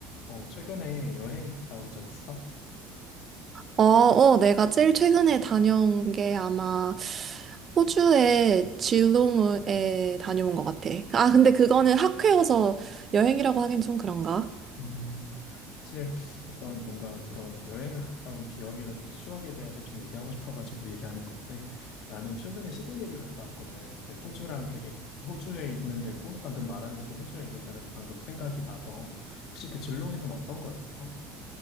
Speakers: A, on the left (about 60°); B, on the right (about 30°).
A: 어, 최근에 여행 갔다 온 적 있어?
B: 어, 어, 내가 제일 최근에 다녀온 게 아마 호주의 질롱에 다녀온 것 같아. 아, 근데 그거는 학회여서 여행이라고 하긴 좀 그런가?
A: 음, 사실 어떤 뭔가 그런 여행을 갔다 온 기억이라든지 추억에 대해서 좀 얘기하고 싶어가지고 얘기하는 건데 나는 최근에 시드니를 갔다 왔거든. 근데 호주랑 되게 호주에 있는 데고 방금 말한 데도 호주에 있는 데라서 방금 생각이 나서 혹시 그 줄롱에선 어떤 거였어?